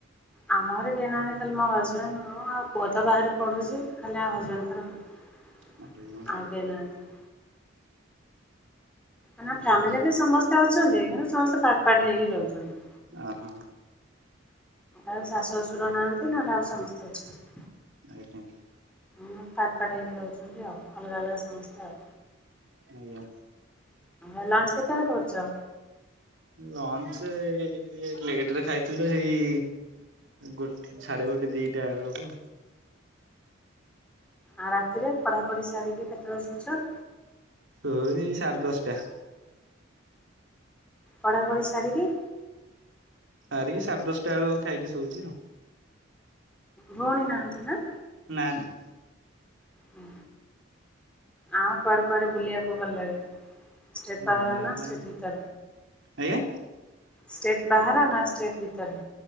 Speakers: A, in the centre; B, on the right.
A: ଆମ ଘର କେହିନାହାନ୍ତି। ଖାଲି ମୋ ହଜବେଣ୍ଡ, ମୁ ଆଉ ପୁଅ ତ ବାହାରେ ପଢ଼ୁଛି। ଖାଲି ଆଉ ହସ୍ବେଣ୍ଡ୍ ଙ୍କର ମୁଁ।
B: ଆଜ୍ଞା ଆଜ୍ଞା
A: ଆଉ କେହି ନାହାନ୍ତି। ନା ଫ୍ୟାମିଲିରେ
B: ହଁ
A: ବି ସମସ୍ତେ ଅଛନ୍ତି, କିନ୍ତୁ ସମସ୍ତେ ପାଟ ପାଟ ହେଇକି ରହୁଛନ୍ତି।
B: ଓ ହୋ।
A: ଆଉ ଶାଶୁ ଶ୍ୱଶୁର ନାହାନ୍ତି, ନହେଲେ ଆଉ ସମସ୍ତେ ଅଛନ୍ତି।
B: ଆଜ୍ଞା।
A: ହ ପାଠ ପାାଠ ହେଇକି ରହୁଛନ୍ତି ଆଉ। ଅଲଗା ଅଲଗା ସମସ୍ତେ ଆଉ।
B: ଆଜ୍ଞା।
A: ଆ ଲଞ୍ଚ କେତେବେଳେ କରୁଚ?
B: ଲଞ୍ଚ ଏଇ ଲେଟ ରେ ଖାଇଥିଲୁ ହେଇ ଗୋଟେ ସାଢେ ଗୋଟେ ଦିଟା ବେଳକୁ।
A: ଆଉ ରାତିରେ ପଢ଼ାପଢ଼ି ସାରିକି କେତେବେଳେ ଶୋଉଚ?
B: ଏଇ ସାଡେ ଦଶ ଟା।
A: ପଢ଼ାପଢ଼ି ସାରିକି
B: ସାରିକି ସାଢ଼େ ଦଶଟା ବେଳକୁ ଖାଇକି ଶୋଉଛି ଆଉ।
A: ଭଉଣୀ ନାହାନ୍ତି ନା?
B: ନା ନା।
A: ହୁଁ ଆଉ କୁଆଡେ କୁଆଡେ ବୁଲିବାକୁ ଭଲ ଲାଗେ? ଷ୍ଟେଟ ପାହାର
B: ବୁଲିବା
A: ନା
B: ପାଇଁ
A: <unintelligible>
B: ଆଜ୍ଞା
A: ଷ୍ଟେଟ ବାହାରେ ନା ସେଷ୍ଟେଟ ଭିତରେ?